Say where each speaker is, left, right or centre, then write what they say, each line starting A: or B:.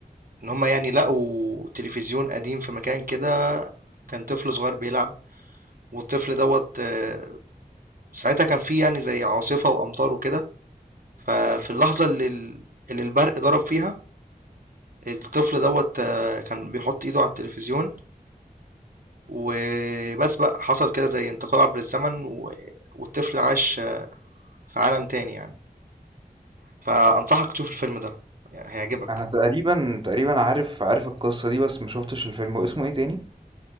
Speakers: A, on the right; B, on the right.
A: إن هما يعني لقوا تلفزيون قديم في مكان كده كان طفل صغير بيلعب والطفل دوت آه، ساعتها كان فيه يعني زي عاصفة وأمطار وكده ففي اللحظة اللي ال- اللي البرق ضرب فيها الطفل دوت آه، كان بيحط ايده على التلفزيون وبس بقى حصل كده زي انتقال عبر الزمن و... والطفل عاش آه، في عالم تاني يعني فأنصحك تشوف الفيلم ده يعني هيعجبك
B: انا تقريبا تقريبا عارف عارف القصة دي بس ما شفتش الفيلم واسمه ايه تاني